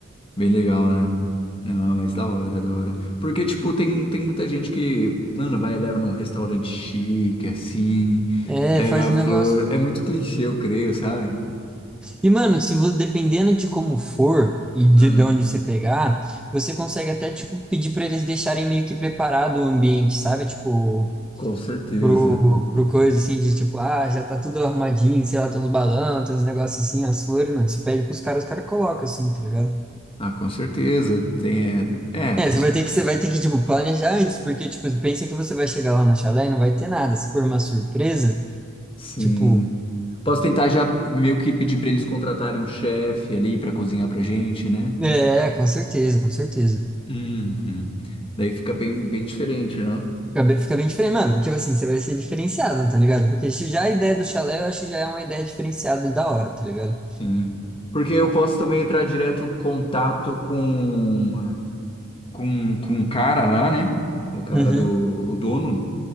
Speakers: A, on the left (about 25°); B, in the centre.
A: Bem legal, né? Não, mas da hora, da hora. Porque, tipo, tem, tem muita gente que, mano, vai e leva num restaurante chique, assim,
B: É,
A: leva
B: faz
A: a
B: um
A: flor.
B: negócio.
A: É muito clichê, eu creio, sabe?
B: E, mano, se você, dependendo de como for e de,
A: Hum,
B: de onde você pegar, você consegue até, tipo, pedir pra eles deixarem meio que preparado o ambiente, sabe? Tipo,
A: com certeza.
B: pro, pro coisa assim de tipo, ah, já tá tudo arrumadinho, sei lá, tem uns balão, tem uns negócios assim, as flores, mano. Você pede pros caras, os caras colocam assim, tá ligado?
A: Ah, com certeza. Tem, é, é,
B: É, você vai ter que, você vai ter que, tipo, planejar antes, porque, tipo, pensa que você vai chegar lá no chalé e não vai ter nada. Se for uma surpresa,
A: sim.
B: tipo,
A: Posso tentar já meio que pedir pra eles contratarem um chefe ali pra cozinhar pra gente, né?
B: é, com certeza, com certeza.
A: Uhum. Daí fica bem, bem diferente, né?
B: Fica bem, fica bem diferente, mano. Tipo assim, você vai ser diferenciado, tá ligado? Porque já a ideia do chalé, eu acho que já é uma ideia diferenciada e da hora, tá ligado?
A: Sim. Porque eu posso também entrar direto em contato com, com, com o cara lá, né? O cara
B: Uhum.
A: do, o dono.